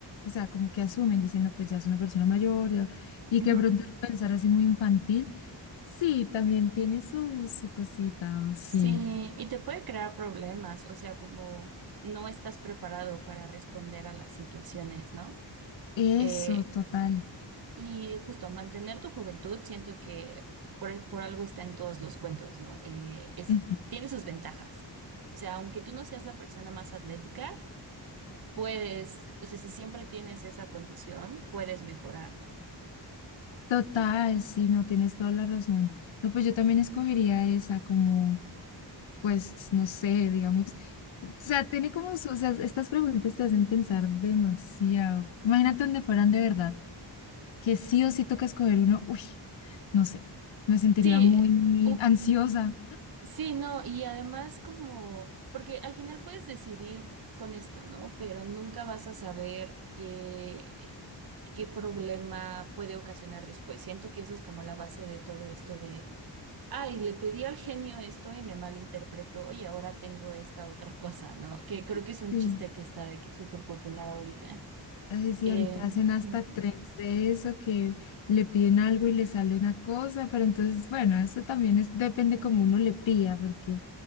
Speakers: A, on the left (about 85°); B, on the right (about 55°).
A: o sea, como que asumen, diciendo, pues ya es una persona mayor, ya- y
B: Ujú.
A: que de pronto lo pensar así muy infantil, sí, también tiene su, su cosita, sí,
B: Sí, y te puede crear problemas, o sea, como no estás preparado para responder a las situaciones, ¿no?
A: eso,
B: Eh,
A: total.
B: Y justo mantener tu juventud, siento que por, por algo está en todos los cuentos, ¿no? Eh, es,
A: Ujú.
B: tiene sus ventajas. O sea, aunque tú no seas la persona más atlética, puedes, o sea, si siempre tienes esa condición, puedes mejorar, ¿no?
A: Total, sí, no tienes toda la razón. No, pues yo también escogería esa como Pues no sé, digamos, o sea, tiene como su, o sea, estas preguntas te hacen pensar demasiado. Imagínate donde fueran de verdad, que sí o sí toca escoger uno, uy, no sé, me sentiría
B: Sí,
A: muy
B: u-
A: ansiosa.
B: sí, no, y además como, porque al final puedes decidir con esto, ¿no? Pero nunca vas a saber qué, eh, qué problema puede ocasionar después. Siento que eso es como la base de todo esto de Ay, le pedí al genio esto y me malinterpretó y ahora tengo esta otra cosa, ¿no? Que creo que es
A: Sí,
B: un chiste que está de que súper popular ahorita.
A: así sí,
B: Eh,
A: ahorita hacen
B: ujú.
A: hasta trends de eso, que le piden algo y le sale una cosa, pero entonces, bueno, eso también es, depende como uno le pida, porque